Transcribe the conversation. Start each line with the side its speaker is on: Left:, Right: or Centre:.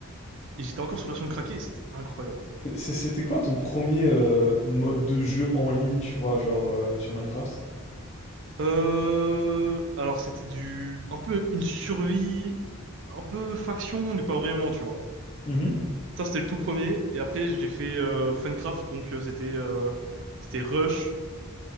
Right: Et j'étais encore
Left: T'es-
Right: sur version craquée et c'était incroyable.
Left: t'es- c'est- C'était quoi ton premier euh, mode de jeu en ligne, tu vois, genre euh, sur Minecraft?
Right: Euh... Alors, c'était du... un peu une survie, un peu faction, mais pas vraiment, tu vois.
Left: Mhm.
Right: Ça, c'était le tout premier. Et après, j'ai fait euh, Funcraft, donc euh, c'était euh, c'était Rush.